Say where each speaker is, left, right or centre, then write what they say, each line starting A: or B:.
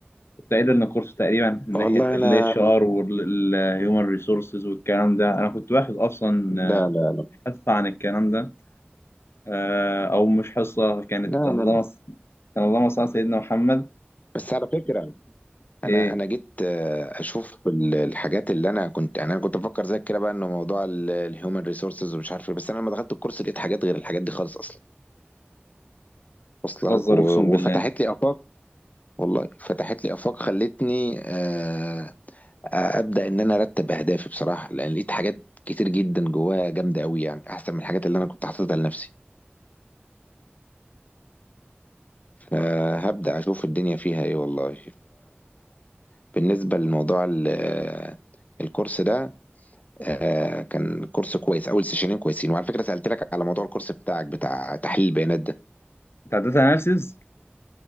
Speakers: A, on the left; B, on the left.
A: كنت قايل ان الكورس تقريبا من
B: والله
A: ناحيه الاتش
B: انا
A: ار والهيومن ريسورسز والكلام ده انا كنت واخد اصلا
B: لا لا
A: حصه عن الكلام ده آه، او مش حصه كانت
B: لا
A: اللهم
B: انا
A: صل- كان اللهم صل على سيدنا محمد
B: بس على فكره
A: ايه
B: انا انا جيت آه، اشوف ال- الحاجات اللي انا كنت يعني انا كنت بفكر زيك كده بقى انه موضوع الهيومن ريسورسز ومش عارف ايه بس انا لما دخلت الكورس لقيت حاجات غير الحاجات دي خالص اصلا وصل
A: بتهزر
B: لك و-
A: اقسم بالله
B: وفتحت لي افاق والله فتحت لي افاق خلتني آه، ابدا ان انا ارتب اهدافي بصراحه لان لقيت حاجات كتير جدا جواها جامده قوي يعني احسن من الحاجات اللي انا كنت حاططها لنفسي فهبدا اشوف الدنيا فيها ايه والله فبالنسبه لموضوع ال- الكورس ده آه، كان كورس كويس اول سيشنين كويسين وعلى فكره سالت لك على موضوع الكورس بتاعك بتاع تحليل البيانات ده
A: انت عديت اناليسيز